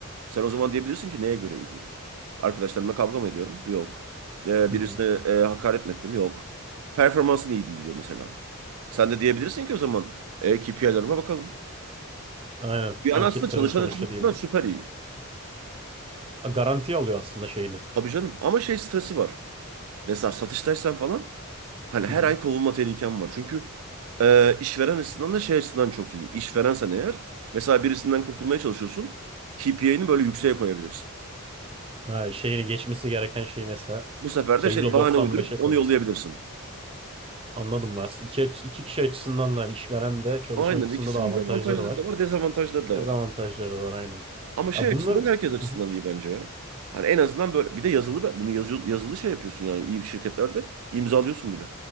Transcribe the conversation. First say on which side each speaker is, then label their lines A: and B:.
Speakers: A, on the right (about 70°); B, on the right (about 25°).
A: Sen o zaman diyebilirsin ki neye göre iyi değilim? Arkadaşlarımla kavga mı ediyorum? Yok. E,
B: Hı
A: birisine
B: hı.
A: e, hakaret mi ettim? Yok. Performansın iyi değil diyor mesela. Sen de diyebilirsin ki o zaman e, KPI'lerime bakalım.
B: Aynen.
A: Yani
B: Anketlerimi
A: aslında çalışan
B: sonuçta
A: açısından
B: diyelim.
A: süper iyi.
B: Garanti alıyor aslında şeyini.
A: Tabii canım. Ama şey stresi var. Mesela satıştaysan falan hani
B: Hı
A: her
B: hı.
A: ay kovulma tehlikem var. Çünkü e, işveren açısından da şey açısından çok iyi. İşverensen eğer mesela birisinden kurtulmaya çalışıyorsun. KPI'ni böyle yükseğe koyabilirsin.
B: Ha, şeyini geçmesi gereken şeyi mesela
A: Bu sefer
B: mesela
A: de şey
B: yüzde
A: bahane
B: doksan
A: uydurup
B: beşe koyarsın.
A: onu yollayabilirsin.
B: Anladım mı? Aslında İki, aç- iki kişi açısından da hani işveren de çalışan
A: Aynen
B: açısından
A: ikisinin
B: da avantajları
A: de avantajları
B: var.
A: da var, dezavantajları da
B: Dezavantajları
A: var.
B: da var aynen.
A: Ama şey
B: Ya
A: açısından
B: bunlar
A: herkes açısından
B: Hı hı.
A: iyi bence ya. Hani en azından böyle bir de yazılı bunu yazıyor, yazılı şey yapıyorsun yani iyi bir şirketlerde imzalıyorsun bile.